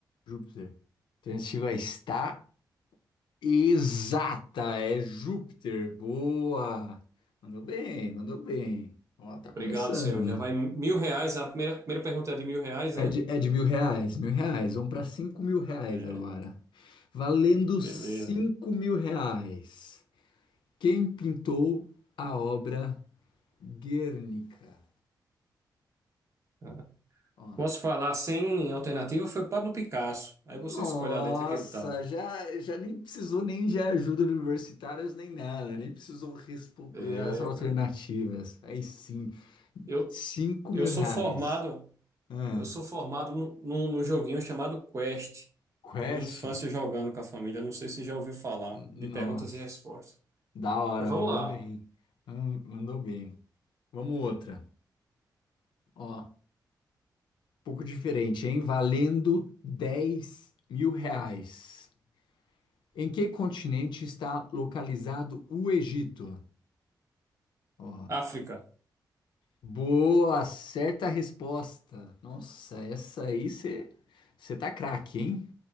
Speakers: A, on the left; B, on the right.
A: Júpiter. Alternativa está exata, é Júpiter. Boa! Mandou bem, mandou bem. Ó, tá
B: Obrigado,
A: começando.
B: senhor. Já vai mil reais. A primeira, primeira pergunta é de mil reais,
A: É
B: né?
A: de, é de mil reais, mil reais. Vamos para cinco mil reais
B: É,
A: agora. Valendo cinco
B: beleza.
A: mil reais. Quem pintou a obra Guernica?
B: Tá.
A: Ó.
B: Posso falar sem alternativa? Foi Pablo Picasso. Aí
A: Nossa,
B: você escolhe a letra que ele tá.
A: já, já nem precisou nem de ajuda de universitários nem nada, nem precisou responder
B: É,
A: as alternativas.
B: cara.
A: Aí sim,
B: Eu,
A: cinco
B: eu
A: mil
B: sou
A: reais.
B: formado,
A: Ah,
B: eu sou formado num, num num joguinho chamado Quest.
A: Quest?
B: Da minha infância jogando com a família. Não sei se já ouviu falar de
A: Nossa,
B: perguntas e respostas.
A: da hora,
B: Mas vamos
A: mandou
B: lá.
A: bem. Ah, mandou bem. Vamos outra. Ó, pouco diferente, hein? Valendo dez mil reais. Em que continente está localizado o Egito? Ó,
B: África.
A: boa, certa resposta. Nossa, essa aí você você tá craque, hein?